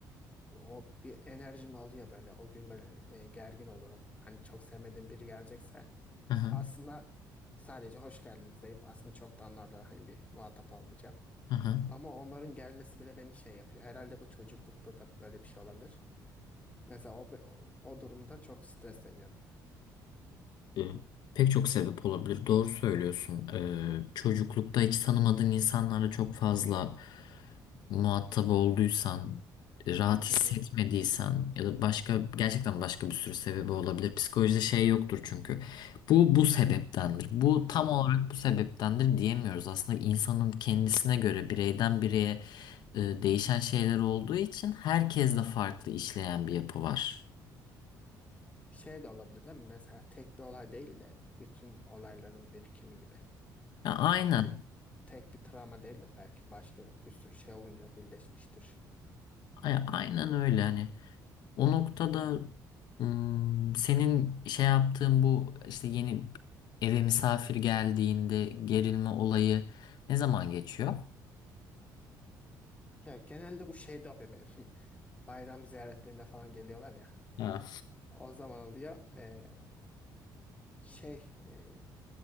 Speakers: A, on the left (about 20°); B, on the left (about 70°).
A: O bir enerjimi alıyor böyle. O gün böyle e, gergin olurum. Hani çok sevmediğim biri gelecekse
B: aha,
A: aslında sadece hoş geldiniz deyip aslında çok da onlarla hani bir muhatap olmayacağım.
B: aha.
A: Ama onların gelmesi bile beni şey yapıyor. Herhalde bu çocuklukta da böyle bir şey olabilir. Mesela o, o, o durumda çok stresleniyorum.
B: Ee, pek çok sebep olabilir. Doğru söylüyorsun. Ee, çocuklukta hiç tanımadığın insanlarla çok fazla muhatap olduysan, rahat hissetmediysen
A: Hı hı.
B: ya da başka gerçekten başka bir sürü sebebi olabilir. Psikolojide şey yoktur çünkü. Bu bu sebeptendir. Bu tam
A: Hı.
B: olarak bu sebeptendir diyemiyoruz. Aslında insanın kendisine göre bireyden bireye e, değişen şeyler olduğu için herkesle farklı işleyen bir yapı var.
A: Şey de olabilir değil mi? Mesela tek bir olay değil de bütün olayların birikimi gibi.
B: Ya, aynen.
A: Yani te- tek bir travma değildir belki. Başka bir sürü şey olunca birleşmiştir.
B: A- Aynen öyle hani o noktada ım, senin şey yaptığın bu işte yeni eve misafir geldiğinde gerilme olayı ne zaman geçiyor?
A: Ya genelde bu şey de oluyor benim. <laughs> Bayram ziyaretlerinde falan geliyorlar ya.
B: Ha.
A: O zaman oluyor. eee, şey eee,